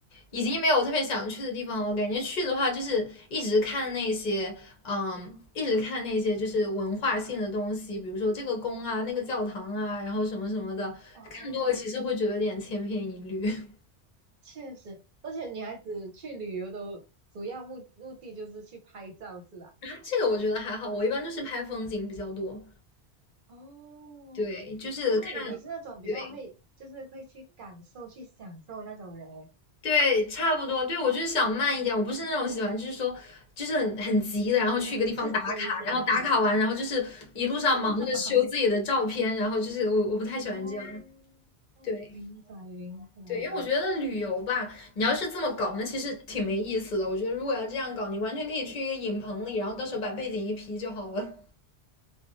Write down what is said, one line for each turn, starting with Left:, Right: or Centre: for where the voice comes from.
Left: 已经没有特别想去的地方了。我感觉去的话，就是一直看那些嗯，一直看那些就是文化性的东西，比如说这个宫啊、那个教堂啊，然后什么什么的，
Right: 哦，
Left: 看多了其实会觉得有点千篇一律。<laughs>
Right: 确实，而且女孩子去旅游的主要目目的就是去拍照，是吧？
Left: 然后这个我觉得还好，我一般都是拍风景比较多，
Right: 哦，
Left: 对，就是看，
Right: 哦，那你你是那种比较会，
Left: 对。
Right: 就是会去感受、去享受那种人欸，
Left: 对，差不多。对，我就是想慢一点，我不是那种喜欢，就是说，就是很很急的，然后去一个地方打卡，
Right: 刺激是吧？
Left: 然后打卡完，然后就是一路上忙着修自己的照片，
Right: <laughs>
Left: 然后就是我我不太喜欢这样。
Right: 哦，
Left: 对
Right: 明白明白，
Left: 对，因为我觉得旅游吧，你要是这么搞，那其实挺没意思的。我觉得如果要这样搞，你完全可以去一个影棚里，然后到时候把背景一 P 就好了。